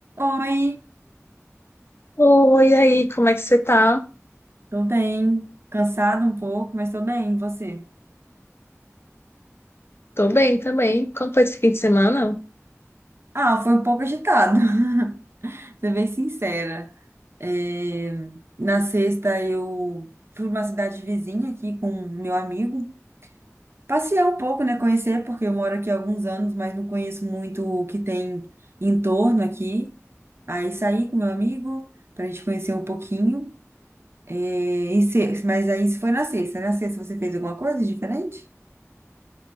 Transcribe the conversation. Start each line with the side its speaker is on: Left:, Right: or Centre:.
Right: Oi,
Left: Oi, e aí, como é que você tá?
Right: tô bem. Cansado um pouco, mas tô bem. E você?
Left: Tô bem também. Como foi esse fim de semana?
Right: Ah, foi um pouco agitado, <laughs> ser bem sincera. É, na sexta eu fui pra uma cidade vizinha aqui com meu amigo. Passear um pouco, né? Conhecer, porque eu moro aqui há alguns anos, mas não conheço muito o que tem em torno aqui. Aí saí com meu amigo pra gente conhecer um pouquinho. É, e se- mas aí isso foi na sexta. né? Na sexta você fez alguma coisa diferente?